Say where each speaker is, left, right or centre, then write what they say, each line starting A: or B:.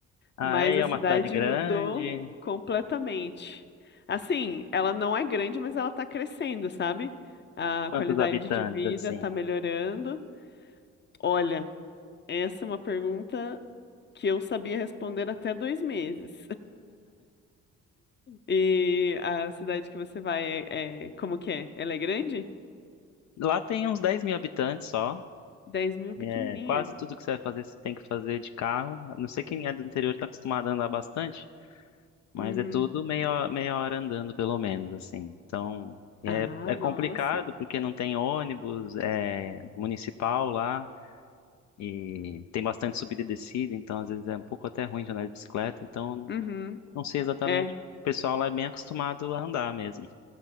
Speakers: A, on the left; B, on the left.
A: ah,
B: mas
A: é, é
B: a cidade
A: uma cidade grande.
B: mudou completamente. Assim, ela não é grande, mas ela tá crescendo, sabe? A
A: Quantos
B: qualidade
A: habitantes,
B: de vida
A: assim?
B: tá melhorando. Olha, essa é uma pergunta que eu sabia responder até dois meses. E a cidade que você vai é, é- como que é? Ela é grande?
A: Lá tem uns dez mil habitantes só.
B: 10 mil, pequenininha.
A: É, quase tudo que você vai fazer, você tem que fazer de carro. A Não sei quem é do interior está acostumado a andar bastante, mas
B: Uhum.
A: é tudo meia, ho- meia hora andando, pelo menos, assim. Então, é,
B: Ah,
A: é complicado
B: nossa.
A: porque não tem ônibus, é municipal lá. E tem bastante subida e descida, então às vezes é um pouco até ruim de andar de bicicleta. Então
B: Uhum.
A: Não sei exatamente.
B: É.
A: O pessoal lá é bem acostumado a andar mesmo.